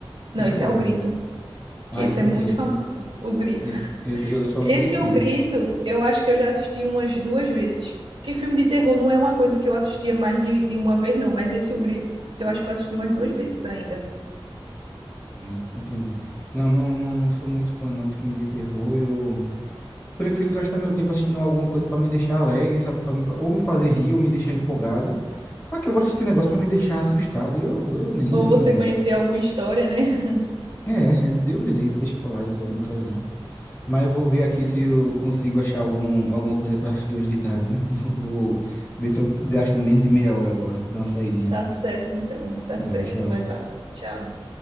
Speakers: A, on the right; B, on the left.
A: não,
B: Esse
A: isso
B: é qual?
A: é o grito,
B: Ah,
A: que esse
B: esse
A: é
B: é
A: muito
B: o grito,
A: famoso,
B: né?
A: o grito.
B: Esse- eu, eu só
A: Esse
B: lembro dessa cena.
A: O Grito, eu acho que eu já assisti umas duas vezes. Porque filme de terror não é uma coisa que eu assistia mais de, de uma vez, não. Mas esse O Grito, eu acho que eu assisti umas duas vezes ainda.
B: Ah, en- Entendi. Não, não, não, não sou muito fã não de filme de terror. Eu, prefiro gastar meu tempo assistindo alguma coisa para me deixar alegre, sabe? Pra me fa- ou me fazer rir, ou me deixar empolgado. Para que eu vou assistir um negócio para me deixar assustado? Eu, eu nem.
A: Ou
B: eu não...
A: você conhecer alguma história, né? <laughs>
B: É, é, Deus me livre, deixa eu falar isso aí, não quero não. Mas eu vou ver aqui se eu consigo achar algum, alguma coisa para assistir hoje de tarde, viu? <laughs> Vou ver se eu gasto menos de meia hora agora, dá uma saidinha.
A: Tá certo, então. Tá
B: Vai,
A: certo.
B: tchau.
A: Vai lá. Tchau.